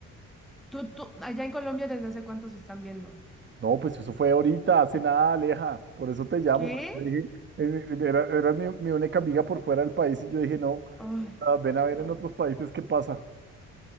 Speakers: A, in the centre; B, on the right.
A: Tú, tú, allá en Colombia, ¿desde hace cuántos están viendo?
B: No, pues eso fue ahorita, hace nada, Aleja, por eso te llamo,
A: ¿Qué?
B: porque yo dije, eh, eh, era, era mi, mi única amiga por fuera del país y yo dije, no,
A: Ay,
B: ah, ven a ver
A: no.
B: en otros países qué pasa.